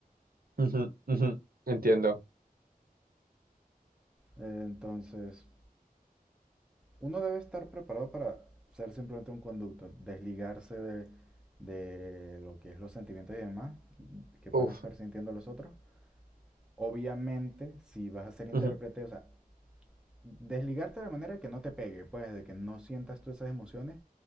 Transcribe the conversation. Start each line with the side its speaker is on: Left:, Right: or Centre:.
Right: ujú, ujú, Entiendo.
Centre: Eh, entonces, uno debe estar preparado para ser simplemente un conducto, desligarse de, de lo que es los sentimientos y demás que puedan
Right: Uf,
Centre: estar sintiendo los otros. Obviamente, si vas a ser intérprete,
Right: ujú.
Centre: o sea, desligarte de manera que no te pegue, pues, de que no sientas tú esas emociones,